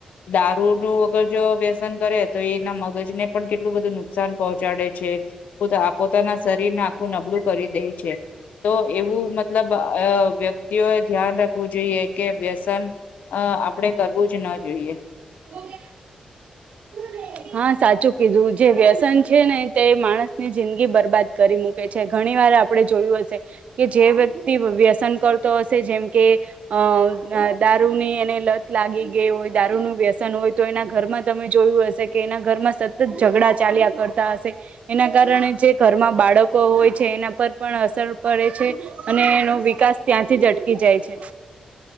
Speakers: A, on the left; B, on the right.
A: દારૂ નું વગર જો વ્યસન કરે તો એના મગજ ને પણ કેટલું બધું નુકસાન પહોંચાડે છે. પોતાના શરીરને આખું નબળું કરી દે છે. તો એવું મતલબ વ્યક્તિઓએ ધ્યાન રાખવું જોઈએ કે વ્યસન અ આપણેે કરવું જ ન જોઈએ.
B: ઓ. હા સાચું કીધું જે વ્યસન છે ને તે માણસની જિંદગી બરબાદ કરી મૂકે છે ઘણી વાર આ આપણે જોયું હશે કે જે વ્યક્તિ વ વ્યસન કરતો હશે જેમ કે અ આ દારૂ ની એને લત લાગી ગઈ હોય દારૂનું વ્યસન હોય તો એના ઘરમાં તમે જોયું હશે કે એના ઘરમાં સતત ઝઘડા ચાલ્યા કરતા હશે એના કારણે જે ઘરમાં બાળકો હોય છે. એના પર પણ અસર પડે છે અને એનો વિકાસ ત્યાંથી જ અટકી જાય છે.